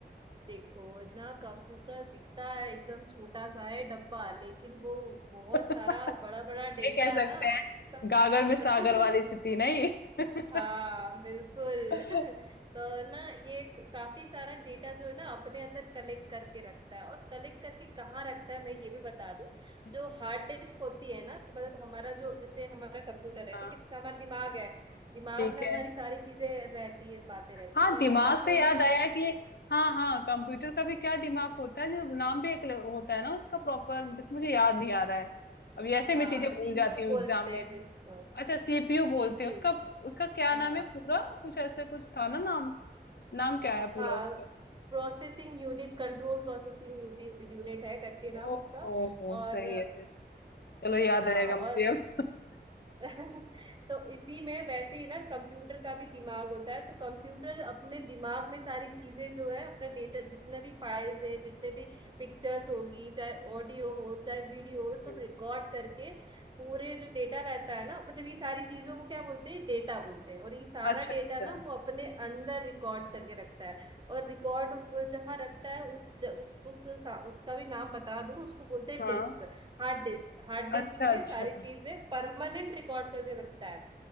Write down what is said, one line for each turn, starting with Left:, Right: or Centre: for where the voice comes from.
Right: देखो इतना कंप्यूटर दिखता है एकदम छोटा सा है डब्बा लेकिन वो बहुत
Left: <laughs>
Right: सारा बड़ा बड़ा डेटा
Left: ये कह सकते
Right: ना
Left: हैं
Right: सब
Left: गागर में सागर
Right: <laughs>
Left: वाली स्थिति नहीं <laughs>
Right: हाँ बिल्कुल
Left: हम्म
Right: <laughs> तो ना ये क- काफी सारा डेटा जो है ना अपने अंदर कलेक्ट करके रखता है और कलेक्ट करके कहाँ रखता है मैं ये भी बता दूं
Left: हम्म,
Right: जो हार्ड डिस्क होती है ना तो मतलब हमारा जो जैसे हमारा कंप्यूटर है
Left: हाँ
Right: ठीक है जैसे हमारा दिमाग है दिमाग
Left: ठीक
Right: में हमारी
Left: है
Right: सारी चीजें रहती है बातें रहती
Left: हाँ
Right: है वैसे
Left: दिमाग
Right: कंप्यूटर
Left: से याद
Right: का
Left: आया
Right: भी
Left: कि हाँ हाँ कंप्यूटर का भी क्या दिमाग होता है जो नाम भी एक ल- होता है ना उसका प्रॉपर मुझे याद नहीं आ रहा है अभी ऐसे मैं
Right: हाँ
Left: चीजें
Right: सीपीयू
Left: भूल जाती हूँ
Right: बोलते
Left: एग्जाम में
Right: हैं जिसको
Left: अच्छा सीपीयू बोलते
Right: सीपीयू
Left: हैं उसका उसका क्या
Right: हाँ
Left: नाम है पूरा कुछ ऐसे कुछ था ना नाम नाम क्या है पूरा
Right: हाँ
Left: उसका
Right: processing unit control processing unit है करके नाम
Left: ओ
Right: उसका और
Left: सही है फिर चलो याद
Right: हाँ
Left: रहेगा मुझे
Right: और
Left: अब <laughs>
Right: <laughs> तो इसी में वैसे ही ना कंप्यूटर का भी दिमाग होता है तो कंप्यूटर अपने दिमाग में सारी चीजें जो है अपना डेटा जितने भी फाइल्स है जितने भी पिक्चर्स होगी चाहे ऑडियो हो चाहे वीडियो हो
Left: हम्म,
Right: सब रिकॉर्ड करके पूरे जो डेटा रहता है ना मतलब ये सारी चीजों को क्या बोलते हैं डेटा बोलते हैं और ये सारा
Left: अच्छा
Right: डेटा
Left: अच्छा
Right: ना वो अपने अंदर रिकॉर्ड करके रखता है और रिकॉर्ड जहाँ रखता है उस ज, उस उस सा- उसका भी नाम बता दूं उसको बोलते हैं
Left: हाँ
Right: disk Hard disk Hard disk
Left: अच्छा
Right: में
Left: अच्छा
Right: सारी चीजें परमानेंट रिकॉर्ड करके रखता है